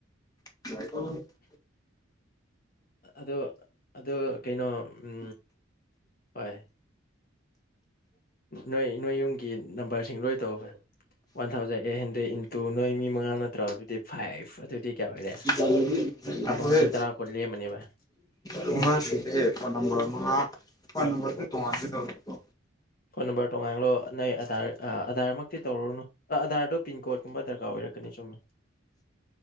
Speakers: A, on the left; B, on the left.
A: <unintelligible>
B: ꯑꯗꯣ ꯑꯗꯣ ꯀꯩꯅꯣ ꯎꯝ ꯍꯣꯏ ꯅꯣꯏ ꯅꯣꯏ ꯌꯨꯝꯒꯤ ꯅꯝꯕꯔꯁꯤꯡ ꯂꯣꯏ ꯇꯧ one thousand eight hundred into ꯅꯣꯏ ꯃꯤ ꯃꯉꯥ ꯅꯠꯇ꯭ꯔ ꯑꯗꯨꯗꯤ ꯐꯥꯏꯚ ꯑꯗꯨꯗꯤ ꯀꯌꯥ ꯑꯣꯏꯔꯦ
A: ꯃꯥꯁ
B: ꯂꯨꯄꯥ ꯂꯤꯁꯤꯡ ꯇꯔꯥ ꯀꯨꯟ ꯂꯦꯝꯃꯅꯤ ꯚꯥꯏ
A: ꯇꯣꯉꯥꯟ ꯐꯣꯟ ꯅꯝꯕꯔ ꯐꯣꯟ ꯅꯝꯕꯔ ꯇꯣꯉꯥꯟꯗꯧꯔꯦꯀꯣ
B: ꯐꯣꯟ ꯅꯝꯕꯔ ꯇꯣꯉꯥꯡꯂꯣ ꯅꯪ ꯑꯙꯥꯔ ꯑꯙꯥꯔꯃꯛꯇꯤ ꯇꯧꯔꯨꯔꯅꯨ ꯑꯙꯥꯔꯗꯨ ꯄꯤꯟ ꯀꯣꯗꯀꯨꯝꯕ ꯗꯔꯀꯥꯔ ꯑꯣꯏꯔꯛꯀꯅꯤ ꯆꯨꯝꯃꯦ